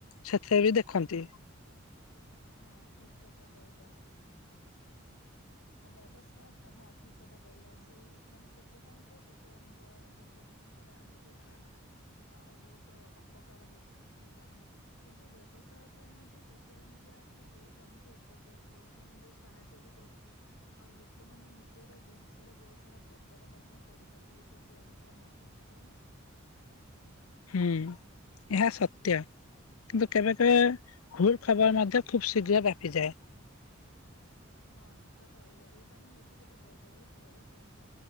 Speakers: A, on the left; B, on the left.
A: ସେଥିରେ ବି ଦେଖନ୍ତି।
B: ହଁ ଠିକ କଥା କହିଲ ହଁ। ଆ ବ୍ୟବସାୟ ହଁ ଠିକ କଥା କହିଲା ସେଇ ମାନେ ସେଥିପାଇଁ ତ ସୋସିଆଲ ମିଡିଆ ଗୋ ଅଟପଷ୍ଟରେ ଆମକୁ ବି ଆର ବୋହୁତ ଅପକାର ହେଉ ଥିପାହିଁ କିନ୍ତୁ ବ୍ୟବସାୟ ପାଇଁ ମଧ୍ୟ ସୋସିଆଲ ମିଡିଆ ଟା ବୋହୁତ ଆମକୁ ଉପଯୋଗ କ ମାନେ ବୋହୁତ ସାହାଯ୍ୟ ବି କରୁଛି ଆଉ ଲୋକମାନେ ନି ନିଜର ଜିନିଷର ବହୁତ ସାରା ପ୍ରଚାର ମଧ୍ୟ କରୁଛନ୍ତି ଏହି ସୋସିଆଲ ମିଡ଼ିଆ ମାଧ୍ୟମରେ କହୁନ।
A: ହୁଁ ଏହା ସତ୍ୟ। କିନ୍ତୁ କେବେ କେବେ ଭୁଲ ଖବର ମଧ୍ୟ ଖୁବ ଶୀଘ୍ର ବ୍ୟାପିଯାଏ।
B: ହଁ ଟିକ କଥା କହିଲ ଏଇଟା ହିଁ ହଉଛି ଗୋଟେ ବ ବହୁତ ବଡ଼ ସମସ୍ୟା